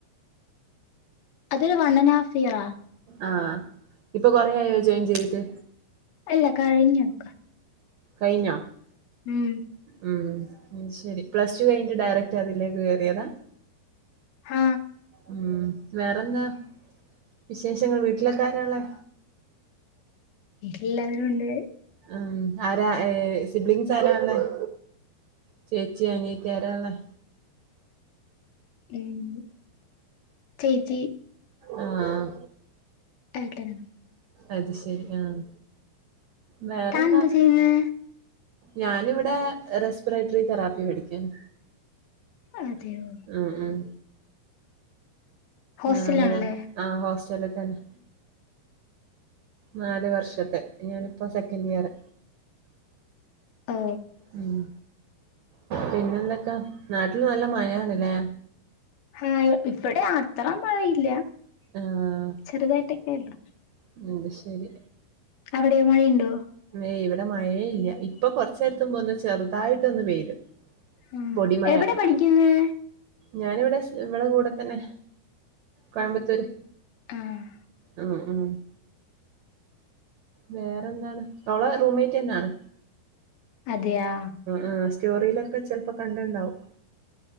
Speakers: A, on the left; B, on the right.
A: അതൊരു വണ്ണനാ ഫിയറാ
B: ആഹ് ഇപ്പൊ കൊറയായോ ജോയിൻ ചെയ്തിട്ട്
A: അല്ല കഴിഞ്ഞൊക്ക
B: കയ്ഞ്ഞൊ
A: ഉം
B: ഉം അത് ശെരി പ്ലസ് ടു കയ്ഞ്ട്ട് ഡയറക്റ്റ് അതിലേക്ക് കേറിയെതാ
A: ആ
B: ഉം വേറെന്താ വിശേഷങ്ങൾ വീട്ടിലൊക്കാരാള്ളെ
A: എല്ലാവരും ണ്ട്
B: ഉം ആരാ ഏ <unintelligible> സാറാണോ <inaudible> ചേച്ചി അനിയത്തിയാരാള്ളേ?
A: ഉം ചേച്ചി
B: ആഹ്
A: ഏട്ടനും
B: അത് ശെരി ആഹ് വേറെന്താ
A: താൻ എന്താ ചെയ്യുന്നേ
B: ഞാനിവിടെ റെസ്പിറേറ്ററി തെറാപ്പി പടിക്കാണ്
A: അതെയോ
B: ഉം ഉം
A: ഹോസ്റ്റലാണല്ലേ
B: നാല് വ ആ ഹോസ്റ്റല് തന്നെ നാല് വർഷത്തെ ഞാനിപ്പോ സെക്കന്റ് ഇയറ്
A: ഓ
B: ഉം പിന്നെന്തക്കാ നാട്ടില് നല്ല മയാണ്ല്ലേ
A: ആഹ് ഇപടെ അത്ര മഴയില്ല
B: ആഹ്
A: ചെറുതായിട്ടൊക്കെയൊള്ളു.
B: <unintelligible> ശരി
A: അവിടെയോ മഴയുണ്ടോ
B: ഏയ് ഇവിടെ മഴയേ ഇല്ല ഇപ്പൊ കൊർച്ച് നേരത്തുമ്പെ ഒന്ന് ചെറുതായിട്ടൊന്ന് പെയ്ത്
A: ഉം
B: പൊടി മയ
A: എവിടെ പഠിക്കുന്നെ
B: ഞാനിവിടെ ഇവളെ കൂടെ തന്നെ കോയമ്പത്തൂര്
A: ആഹ്
B: ഉം ഉം വേറെന്താണ് അവളെ റൂംമ്മേറ്റ് ന്നാണ്.
A: അതെയാ
B: ആ സ്റ്റോറിയിലൊക്കെ ചെലപ്പോ കണ്ട്‌ണ്ടാവും